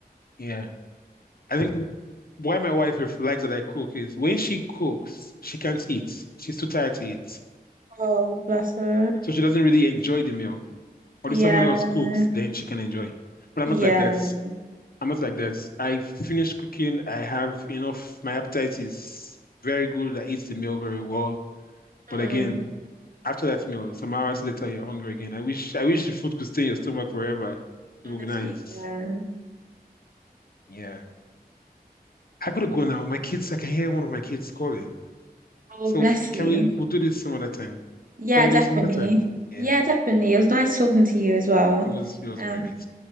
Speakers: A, on the left; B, on the right.
A: Yeah. I think w- why my wife ref- likes that I cook is when she cooks, she can't eat. She's too tired to eat.
B: Oh, bless her.
A: So she doesn't really enjoy the meal. But
B: Yeah.
A: if someone else cooks, then she can enjoy. But
B: Yeah.
A: I'm not like that. I'm not like that. I finish cooking. I have enough. My appetite is very good. I eat the meal very well.
B: Mm,
A: But again, after that meal, some hours later, you're hungry again. I wish, I wish the food could stay in your stomach forever. It
B: honestly,
A: would be nice.
B: yeah.
A: Yeah. I gotta go now. My kids, I can hear one of my kids calling.
B: Oh,
A: So
B: bless
A: can
B: you.
A: we, we'll do this some other time.
B: Yeah,
A: Can we
B: definitely.
A: do this some other time? Yeah.
B: Yeah, definitely. It was nice talking to you as well.
A: It was, it was
B: Um,
A: great.